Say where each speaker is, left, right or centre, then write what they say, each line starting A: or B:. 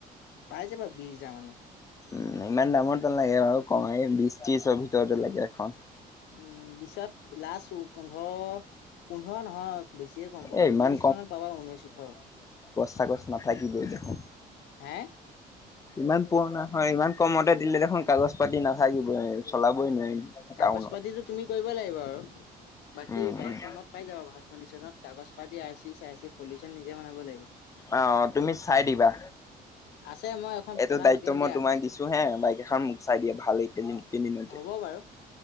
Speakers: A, on the left (about 80°); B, on the left (about 20°).
A: পাই যাবা বিশ হাজাৰ মানত
B: উ ইমান দামত নালাগে বাৰু কমেও বিশ-ত্ৰিছৰ ভিতৰতে লাগে এখন
A: উম বিশত লাষ্ট উ পোন্ধৰ পোন্ধৰ নহয় বেছিয়ে কম কলো
B: এ ইমান
A: ঊনৈশ মানত পাবা ঊনৈশ ওঠৰ
B: কাগছ নাথাকিবই দেখোঁন
A: হে
B: ইমান পুৰণা হয়, ইমান কমতে দিলে দেখোন কাগজ পাতি নাথাকিবই চলাবই নোৱাৰিম।
A: কাগজ
B: টাউনত
A: পাতিতো তুমি কৰিব লাগিব আৰু, বাকী
B: উম,
A: বাইক
B: উম
A: কমত পাই যাবা ভাল কণ্ডিশচনত, কাগজ পাতি আৰ চি চাৰচি পলিউচন নিজে বনাব লাগিব।
B: অঁ, তুমি চাই দিবা।
A: আছে মই এখন
B: এইটো
A: কথা
B: দায়িত্ব
A: পাতিম
B: মই
A: দিয়া,
B: তোমাক দিছো হে, বাইক এখন মোক চাই দিয়া ভাল এইকেইদিন কেইদিনতে।
A: হ'ব বাৰু।